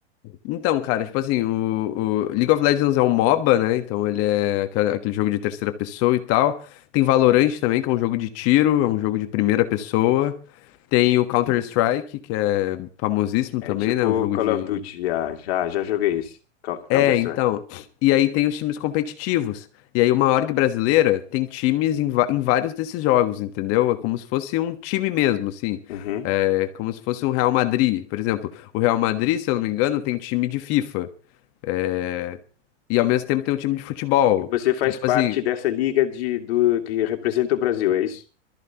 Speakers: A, on the left (about 40°); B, on the left (about 60°).
A: Então, cara, tipo assim, o, o League of Legends é um MOBA, né? Então ele é aquela- aquele jogo de terceira pessoa e tal. Tem Valorant também, que é um jogo de tiro, é um jogo de primeira pessoa. Tem o Counter-Strike, que é famosíssimo
B: É
A: também,
B: tipo
A: né? Um jogo
B: Call
A: de.
B: of Duty, já, já, já joguei esse, Co-
A: É,
B: Counter-Strike.
A: então. E aí tem os times competitivos. E aí uma org brasileira tem times em, va- em vários desses jogos, entendeu? É como se fosse um time mesmo, assim.
B: Uhum.
A: É como se fosse um Real Madrid, por exemplo. O Real Madrid, se eu não me engano, tem time de FIFA. É, E ao mesmo tempo tem um time de futebol.
B: E você faz
A: Então, tipo
B: parte
A: assim,
B: dessa liga de, do, que representa o Brasil, é isso?